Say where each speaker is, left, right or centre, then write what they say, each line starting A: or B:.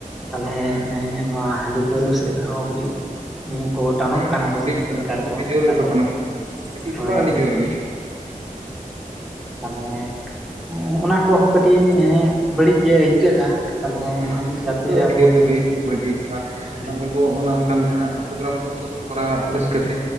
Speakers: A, in the centre; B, on the right.
A: ᱛᱟᱞᱦᱮ
B: ᱦᱩᱸ ᱦᱩᱸ
A: ᱮᱸ ᱱᱚᱣᱟ ᱦᱟᱺᱰᱤ ᱯᱟᱹᱣᱨᱟᱹ ᱥᱮᱫ ᱦᱚᱸ ᱠᱟᱹᱴᱤᱡ ᱦᱮᱸ ᱠᱚ ᱴᱟᱱᱚᱜ
B: ᱦᱩᱸ
A: ᱠᱟᱱᱟ
B: ᱦᱩᱸ
A: ᱠᱚ ᱱᱮᱠᱟᱨ
B: ᱟᱹᱰᱤ
A: ᱠᱚ
B: ᱡᱳᱨ
A: ᱛᱟᱞᱦᱮ
B: ᱜᱮᱠᱚ ᱴᱟᱱᱚᱜ ᱠᱟᱱᱟ ᱠᱟᱹᱴᱤᱡ
A: ᱦᱳᱭ
B: ᱫᱚ ᱵᱟᱝ ᱟᱹᱰᱤ
A: ᱦᱮᱸ᱾
B: ᱡᱳᱨ ᱜᱮ
A: ᱛᱟᱞᱦᱮ ᱚᱸ ᱚᱱᱟ ᱠᱚᱦᱚᱸ ᱠᱟᱹᱴᱤᱡ ᱧᱮᱸᱜ ᱵᱟᱹᱲᱤᱡ ᱜᱮ ᱟᱹᱭᱠᱟᱹᱜᱼᱟ᱾ ᱛᱟᱦᱚᱞᱮ
B: ᱦᱩᱸ ᱠᱟᱹᱴᱤᱡ
A: ᱡᱟᱛᱮ
B: ᱫᱚ ᱟᱹᱰᱤ
A: ᱟᱵᱚ
B: ᱡᱳᱨ
A: ᱡᱩᱫᱤ
B: ᱜᱮ <unintelligible>
A: ᱦᱮᱸ
B: ᱟᱫᱚ ᱩᱱᱠᱩ ᱚᱱᱟ ᱚᱱᱠᱟᱱ ᱡᱟᱦᱟᱸᱱᱟᱜ ᱯᱨᱳᱜᱨᱟᱢ ᱠᱚᱦᱚ ᱛᱚᱵᱚᱱ ᱠᱚᱨᱟᱣᱟ ᱨᱟᱹᱥᱠᱟᱹ ᱛᱮ